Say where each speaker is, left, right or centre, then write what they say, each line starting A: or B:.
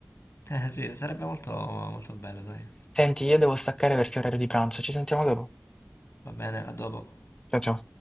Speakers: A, on the left (about 75°); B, on the left (about 15°).
A: Eh sì, sarebbe molto, molto bello, sai?
B: Senti, io devo staccare perché è orario di pranzo. Ci sentiamo dopo.
A: Va bene, a dopo.
B: Ciao ciao.